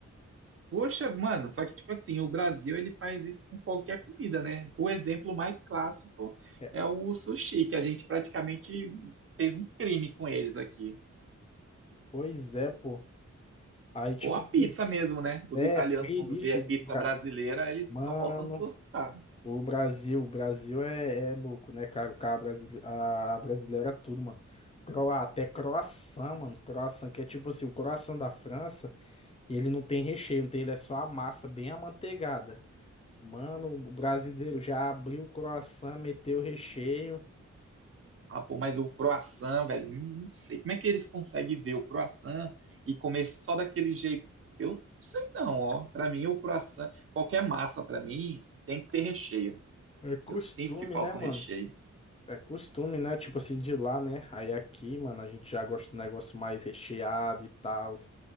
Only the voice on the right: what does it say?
Poxa, mano, só que, tipo assim, o Brasil, ele faz isso com qualquer comida, né? O exemplo mais clássico
é o sushi, que a gente praticamente fez um crime com eles aqui.
Ou a pizza
mesmo, né? Os
italianos,
quando vê a
pizza
brasileira, eles
só faltam surtar.
Ah, pô, mas o croissant, velho, hum, não sei. Como é que eles conseguem ver o croissant e comer só daquele jeito? Eu não sei não, ó. Pra mim, o croissant, qualquer massa, pra mim, tem que ter recheio.
Eu sinto que falta
um recheio.